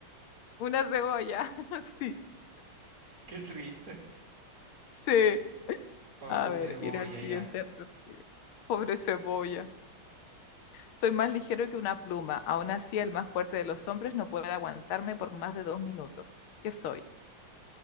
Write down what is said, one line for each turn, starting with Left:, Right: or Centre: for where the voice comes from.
Left: una cebolla. <laughs> Sí,
Right: Qué triste.
Left: sí.
Right: Pobre
Left: A ver,
Right: cebolla,
Left: ir al siguiente.
Right: ya.
Left: Pobre cebolla. Soy más ligero que una pluma. Aún así, el más fuerte de los hombres no puede aguantarme por más de dos minutos. ¿Qué soy?